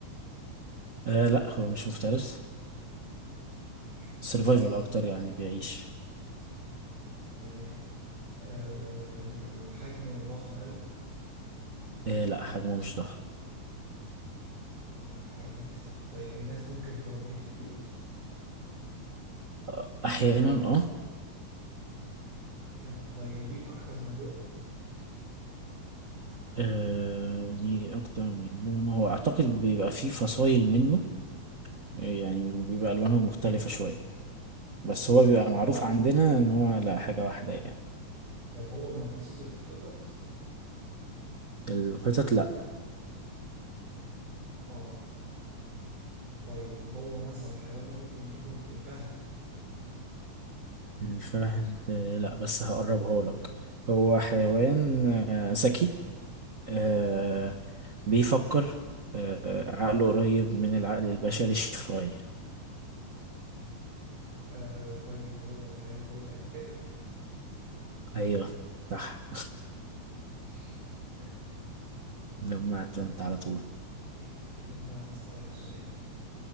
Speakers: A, on the right; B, on the right.
A: آه لا هو مش مفترس
B: مش مفترس
A: سيرفايفل اكتر يعني بيعيش
B: تمام آه حجمه ضخم قوي
A: آه لا حجمه مش ضخم
B: لا حجمه مش ضخم طيب الناس ممكن تربيه في البيوت
A: آه احيانا اه
B: يعني طيب ليه أكتر من لون
A: آه، ليه اكتر من لون هو اعتقد بيبقى فيه فصائل منه يعني بيبقى الوانهم مختلفة شوية بس
B: طيب
A: هو بيبقى معروف آه. عندنا ان هو لا حاجة واحدة يعني
B: طيب هو من فصيلة القطط
A: القطط لا
B: اه طيب هو مثلا الحيوان ده ممكن يكون الفهد
A: الفهد آه، لا بس هقربها لك هو حيوان آه، ذكي آه، بيفكر آه، عقله قريب من العقل البشري شوية
B: آه طيب هو الحيوان ده يبقى القرد
A: أيوه صح
B: طيب، ماشي تمام
A: لمعت وانت على طول
B: طيب خلينا أنا أسألك سؤال